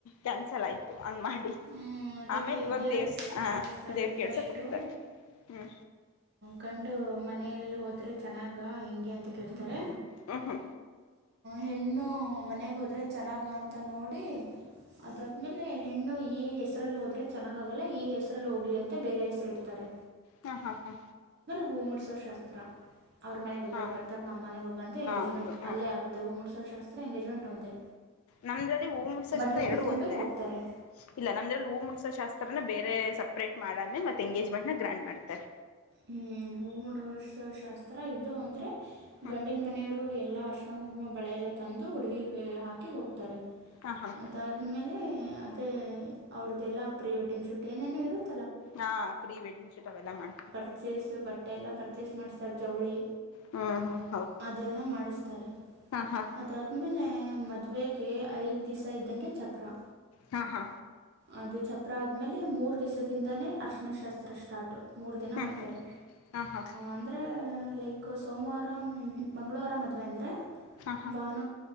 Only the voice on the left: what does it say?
ಕ್ಯಾನ್ಸಲ್ ಆಯ್ತು ಹಂಗ್ ಮಾಡಿ
ಆಮೇಲೆ ಇವಾಗ
ದೇವ್ರ್ಸ್
ದೇವ್ರು ಕೇಳ್ಸಕ್ಕೆ
ಹೋಗ್ತಾರೆ ಹ್ಞೂ
ಹ್ಮ ಹ್ಮ
ಹ್ಮ ಹಾ ಹಾ
ಹಾಂ ಹಾಂ
ಹೌದು ಹ್ಞೂ
ನಮ್ದ್ರಲ್ಲಿ ಹೂ ಮೂರುಸಕ್ಷೇತ್ರ
ಎರಡು
ಒಂದೇ
ಇಲ್ಲ ನಮ್ದಲ್ಲಿ ಹೂ ಮುಿಸಸ ಶಾಸ್ತ್ರನ ಬೇರೆ ಸಪರೇಟ್ ಮಾಡೆ ಮೆ ಎಂಗೇಜ್ಮೆಂಟ್ ನ ಗ್ರಾಂಡ್ ಮಾಡ್ತಾರೆ
ಹ್ಞೂ
ಹಾಂ ಹಾಂ
ಹಾ ಪ್ರೀ ವೆಡ್ಡಿಂಗ್ ಶೂಟ್ ಅವೆಲ್ಲ ಮಾಡ
ಹ್ಮ ಹಾ
ಹಾಂ
ಹಾ ಹಾ
ಹ್ಞೂ
ಹ್ಞೂ ಹಾಂ ಹಾಂ
ಹಾಂ ಹಾಂ